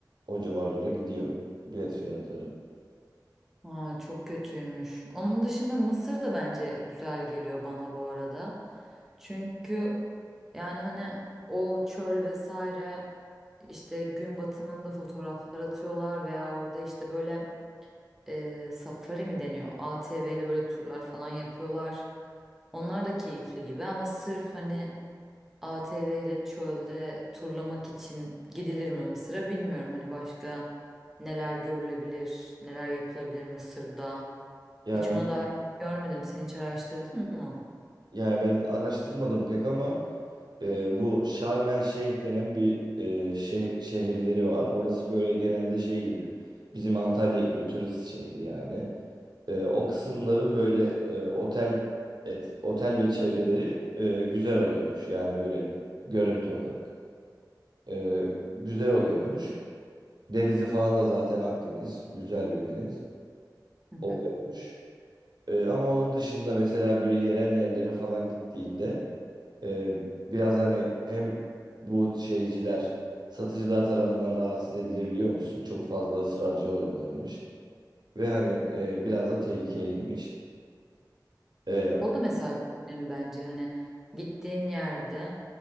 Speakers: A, on the right; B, in the centre.
A: o civarlara gidiyor bilet fiyatları.
B: Aa, çok kötüymüş. Onun dışında Mısır da bence güzel geliyor bana bu arada. Çünkü yani hani o çöl vesaire işte gün batımında fotoğraflar atıyorlar veya orada işte böyle e, safari mi deniyor? ATV ile böyle turlar falan yapıyorlar. Onlar da keyifli gibi ama sırf hani ATV ile çölde turlamak için gidilir mi Mısır'a bilmiyorum. Hani başka neler görülebilir, neler yapılabilir Mısır'da.
A: Yani
B: Hiç ona
A: bu-
B: dair görmedim. Sen hiç araştırdın mı?
A: yani ben araştırmadım pek ama e, bu Şarm El Şeyh denen bir e, şeh- şehirleri var. Orası böyle genelde şey gibi. Bizim Antalya gibi turist şehri yani. E, o kısımların böyle e, otel et, otel ve çevreleri e, güzel oluyormuş. Yani böyle görüntü olarak. E, güzel oluyormuş. Denizi falan da zaten Akdeniz. Güzel bir deniz
B: Hı
A: oluyormuş.
B: hı.
A: E, ama onun dışında mesela böyle yerel yerlere falan gittiğinde e, biraz hani hem bu şeyciler satıcılar tarafından rahatsız edilebiliyormuşsun. Çok fazla ısrarcı oluyorlarmış. Ve hani e, biraz da tehlikeliymiş. E,
B: O da mesela çok önemli bence. Hani gittiğin yerde